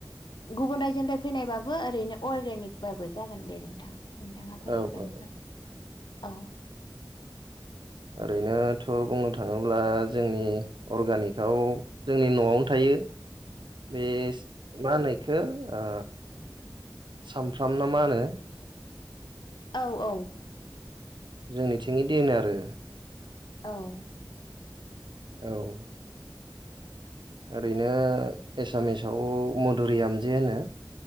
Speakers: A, on the left; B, on the right.
A: गुबुन रायजोदाय फैनायबाबो ओरैनो अर्गेनिकबाबो जागोन दे नोंथाङ। नोंथाङा फोरमायबानो
B: औ औ
A: औ
B: ओरैनोथ' बुंनो थाङोब्ला जोंनि अर्गानिकआव जोंनि न'आवनो थायो
A: <inaudible>
B: बे मा होनो इखौ ओ सामफ्रामना मा होनो?
A: औ औ
B: जोंनिथिं दे होनो आरो
A: औ
B: औ ओरैनो एसामिसाव मधुरियामजे होनो।